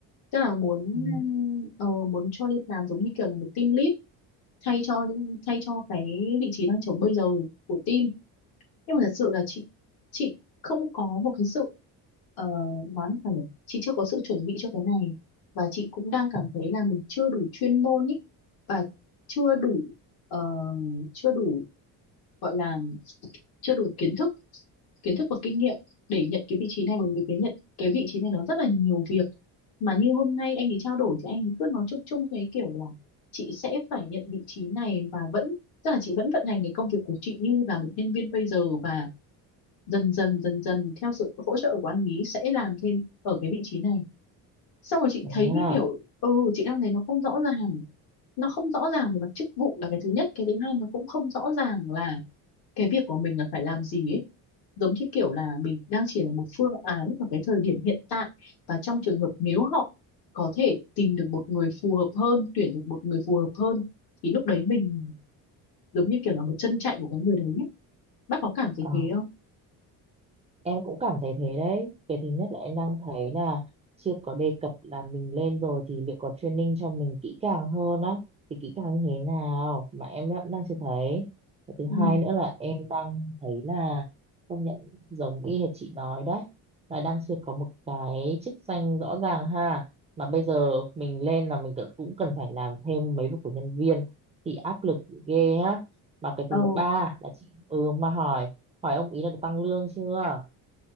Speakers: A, on the left; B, on the right.
A: tức là muốn
B: ừ.
A: ờ, muốn cho lên làm giống như kiểu là một team lead thay cho những thay cho cái vị trí đang trống bây giờ của team nhưng mà thật sự là chị chị không có một cái sự ờ, nói là nhỉ chị chưa có sự chuẩn bị cho cái này và chị cũng đang cảm
B: ừ.
A: thấy là mình chưa đủ chuyên môn ý và chưa đủ ờ, chưa đủ gọi là chưa đủ kiến thức kiến thức và kinh nghiệm để nhận cái vị trí này bởi vì cái nhận cái vị trí này nó rất là nhiều việc mà như hôm nay anh ấy trao đổi thì anh ấy cứ nói chung chung cái kiểu là chị sẽ phải nhận vị trí này và vẫn tức là chị vẫn vận hành cái công việc của chị như là một nhân viên bây giờ và dần dần dần dần theo sự hỗ trợ của anh ấy sẽ làm thêm ở cái vị trí này xong rồi chị
B: thế
A: thấy như
B: à,
A: kiểu ừ chị đang thấy nó không rõ ràng nó không rõ ràng về mặt chức vụ là cái thứ nhất cái thứ hai nó cũng không rõ ràng là cái việc của mình là phải làm gì ấy giống như kiểu là mình đang chỉ là một phương án ở cái thời điểm hiện tại và trong trường hợp nếu họ có thể tìm được một người phù hợp hơn tuyển được một người phù hợp hơn thì lúc đấy mình giống như kiểu là một chân chạy của cái người đấy ấy. bác có cảm thấy
B: à
A: thế không
B: Em cũng cảm thấy thế đấy. Cái thứ nhất là em đang thấy là chưa có đề cập là mình lên rồi thì liệu có training cho mình kỹ càng hơn á, thì kỹ càng như thế nào mà em đã, đang chưa thấy. Cái thứ hai
A: ừ.
B: nữa là em đang thấy là công nhận giống y hệt chị nói đấy, là đang chưa có một cái chức danh rõ ràng ha. Mà bây giờ mình lên là mình tự- cũng cần phải làm thêm mấy việc của nhân viên thì áp lực ghê á. Mà cái
A: Ồ,
B: thứ ba là chị ừ mà hỏi hỏi ông ý là được tăng lương chưa?